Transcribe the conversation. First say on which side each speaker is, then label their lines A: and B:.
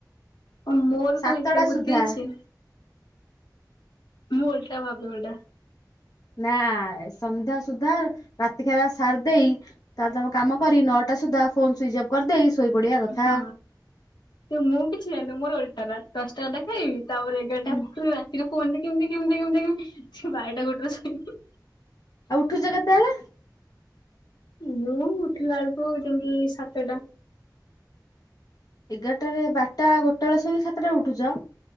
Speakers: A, on the left; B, on the left.
A: ଓ ମୋର
B: ସାତଟା
A: କଣ ଏତେ ବୁଦ୍ଧି
B: ସୁଦ୍ଧା
A: ଅଛି। ମୁଁ ଓଲଟା ଭାବେ ଓଲଟା।
B: ନା ସନ୍ଧ୍ୟା ସୁଧା ରାତି ଖାଇବା ସାରି ଦେଇ ତାହେଲେ ତ ମୁଁ କାମ କରି ନଅଟା ସୁଧା ଫୋନ୍ ସୁଇଚ ଅଫ୍ କରିଦେଇ ଶୋଇପଡିବା କଥା
A: ହଁ ତ ମୁଁ କିଛି ଜାଣିନୁ ମୋର ଓଲ ଟା ତା ପାଞ୍ଚଟା ଅଣ୍ଡା ଖାଇବି। ତାପରେ ଏଗାରଟା
B: ହୁଁ
A: ରାତିରେ କୁହନ୍ତି କେମିତି କେମିତି କେମିତି କେମିତି ସେ ବାରଟା ଗୋଟେରେ ଶୁଏ।
B: ଆଉ ଉଠୁଛ କେତେବେଳେ?
A: ମୁଁ ଉଠିଲା ବେଳକୁ ଯାଇକି ସାତଟା ।
B: ଏଗାରଟାରେ ବାରଟା ଗୋଟେ ବେଳେ ଶୋଇକି ସାତଟାରେ ଉଠୁଛ ।